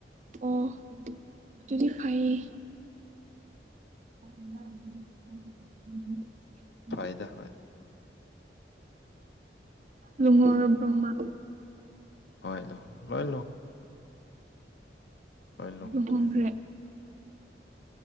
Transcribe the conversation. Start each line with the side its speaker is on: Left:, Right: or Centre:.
Right: ꯑꯣ ꯑꯗꯨꯗꯤ ꯐꯥꯏꯌꯦ <unintelligible>
Left: ꯐꯥꯏꯗ ꯍ
Right: ꯂꯨꯉꯣꯔ ꯕꯣ ꯃ
Left: ꯍꯗ ꯂꯣꯏ ꯂ ꯂꯨꯍꯣꯡꯈ꯭ꯔꯦ
Right: ꯐꯣꯡꯨꯡꯈ꯭ꯔꯦ